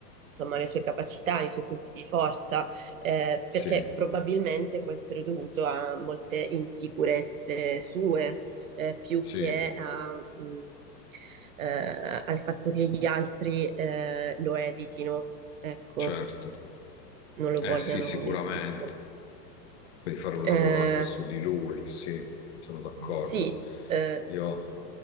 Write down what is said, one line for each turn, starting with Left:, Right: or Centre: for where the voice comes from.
Right: insomma, le sue capacità, i suoi punti di forza, eh,
Left: sì,
Right: perché probabilmente può essere dovuto a molte insicurezze sue, eh, più
Left: sì,
Right: che a, mh, eh, al fatto che gli altri eh, lo evitino, ecco,
Left: certo.
Right: non lo
Left: Eh
Right: vogliano
Left: sì, sicuramente,
Right: nel gruppo.
Left: per fare un
Right: Eh,
Left: lavoro anche su di lui, sì, sono d'accordo.
Right: sì, eh,
Left: Io,